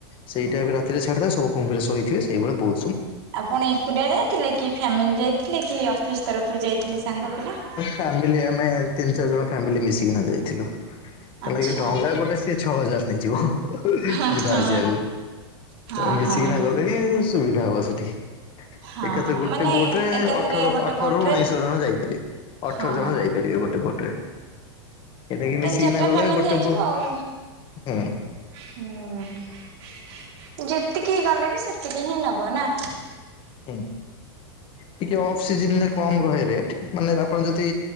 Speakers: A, on the left; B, on the right.
A: ସେଇ ଟାଇମ୍ ରାତିରେ ଛାଡିଥାଏ ସବୁ କୁମ୍ଭୀରେ ଶୋଇଥିବେ ସେଇଭଳି ବହୁ
B: ଆପଣ ଏକୁଟଆ ଯାଇଥିଲେ କି ଫ୍ୟାମିଲି ଯାଇଥିଲେ କି ଅଫିସ୍ ତରଫରୁ ଯାଇଥିଲେ ସାଙ୍ଗ ପିଲା?
A: ଫ୍ୟା ମିଲି ଆମେ ତିନି ଚାରି ଜଣ ଫ୍ୟାମିଲି ମିଶିକିନା ଯାଇଥିଲୁ ତାନଗି
B: ଆଚ୍ଛା
A: ଡଙ୍ଗା ଗୋଟେ ସେ ଛଅ ହଜାର ନେଇଯିବ
B: ହଁ
A: ଯିବା
B: ହଁ
A: ଆସିବାକୁ
B: ହଁ
A: ମିଶିକିନା
B: ହଁ
A: ଗ ସେଇ ସୁବିଧା ହବ ସେଠି
B: ହଁ
A: ଏକାଥରେ ଗୋଟେ
B: ମାନେ
A: ବୋଟରେ
B: ଏକାଥରେ
A: ଅଠର
B: ଗୋଟେ
A: ଅ
B: ବୋଟ
A: ଉଣେଇଶ
B: ରେ
A: ଜଣ ଯାଇପାରିବେ ଅଠର
B: ହଁ
A: ଜଣ ଯାଇପାରିବେ ଗୋଟେ ପୋଟରେ। ଏଟା କିି
B: ତିନି
A: ମିଶିକିନା
B: ଚାରିଟା
A: ଗଲେ
B: ଫ୍ୟାମିଲି
A: ଗୋଟେ
B: ହେଇଯିବ
A: ବହୁତ
B: ଆଉ।
A: ହୁଁ।
B: ହୁଁ ଯେତିକିି ଗଲେ ବି ସେତିକି ହିଁ ନବ ନା?
A: ହୁଁ ଟିକେ ଅଫ ସିଜିନ ରେ କମ୍ ରହେ ରେଟ ମାନେ ଆପଣ ଯଦି